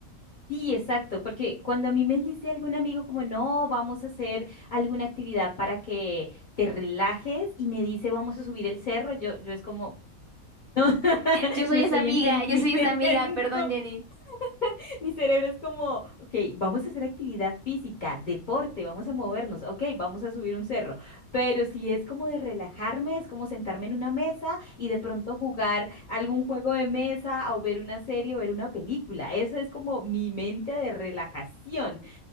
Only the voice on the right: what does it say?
Yo soy
esa amiga,
yo soy esa amiga,
perdón, Jenny.